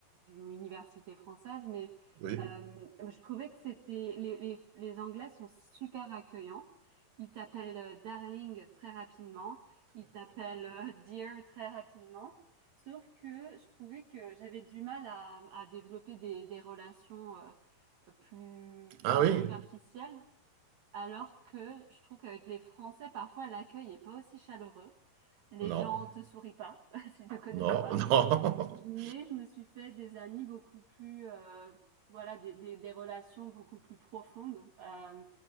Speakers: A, on the right (about 55°); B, on the right (about 80°).
A: une université française, mais
B: Oui.
A: euh, je trouvais que c'était les, les les Anglais sont super accueillants. Ils t'appellent euh, darling très rapidement, ils t'appellent euh, dear très rapidement. Sauf que je trouvais que j'avais du mal à, à développer des, des relations euh, plus moins
B: Ah oui
A: superficielles, alors que je trouve qu'avec les Français, parfois l'accueil est pas aussi chaleureux. Les
B: Non.
A: gens te sourient pas <laughs> s'ils te connaissent
B: Non,
A: pas.
B: <laughs> non.
A: Mais je me suis fait des amis beaucoup plus, euh, voilà, des, des, des relations beaucoup plus profondes. Euh,